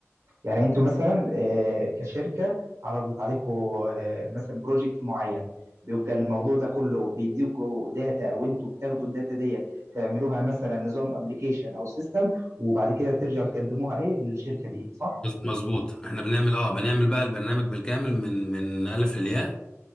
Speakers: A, on the right; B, on the left.
A: يعني انتوا مثلا آه، كشركه عرضت عليكم آه، مثلا بروجكت معين بيبقى الموضوع ده كله بيديكوا داتا وانتوا بتاخدوا الداتا ديت تعملوها مثلا نظام ابلكيشن او سيستم وبعد كده ترجعوا تقدموها ايه للشركه دي صح؟
B: مظبوط احنا بنعمل اه بنعمل بقى البرنامج بالكامل من من الف للياء